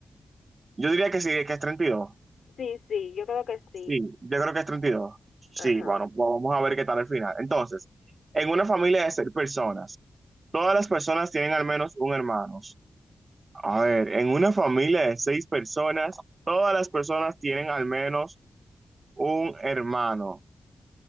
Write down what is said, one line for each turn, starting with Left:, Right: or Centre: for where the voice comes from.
Right: Yo diría que sí, que es 32.
Left: sí, sí, yo creo que sí.
Right: Sí, yo creo que es 32. Sí,
Left: Ajá.
Right: bueno, pues vamos a ver qué tal al final. Entonces, en una familia de seis personas, todas las personas tienen al menos un hermano. A ver, en una familia de seis personas, todas las personas tienen al menos un hermano.